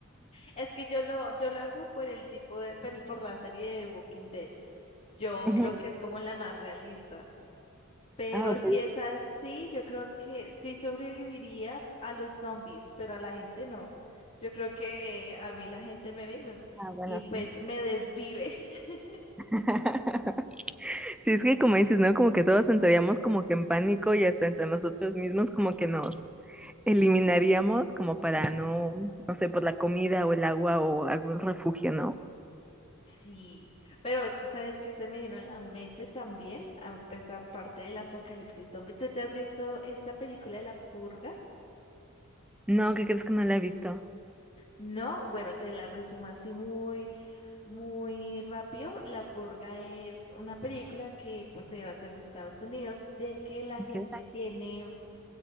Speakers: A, on the left (about 30°); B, in the centre.
A: es que yo lo, yo lo hago por el tipo de, pues, por la serie de Walking Dead. Yo
B: Ujú.
A: creo que es como la más realista. Pero
B: Ah, ok.
A: si es así, yo creo que sí sobreviviría a los zombies, pero a la gente no. Yo creo que a mí la gente me ve y, me-
B: Ah, bueno,
A: y pues
B: sí.
A: me desvive. <laughs>
B: <laughs> Sí, es que como dices, ¿no? Como que todos entraríamos como que en pánico y hasta entre nosotros mismos como que nos eliminaríamos como para
A: Sí.
B: no, no sé, por la comida o el agua o algún refugio, ¿no?
A: Sí, pero es- ¿sabes qué se me vino en la mente también? A pesar parte del apocalipsis zombie. ¿Tú te has visto esta película de La Purga?
B: No, ¿qué crees que no la he visto?
A: No, bueno, te la resumo así muy, muy rápido. La Purga es una película que pues, se basa en Estados Unidos de que la gente
B: ¿Qué?
A: tiene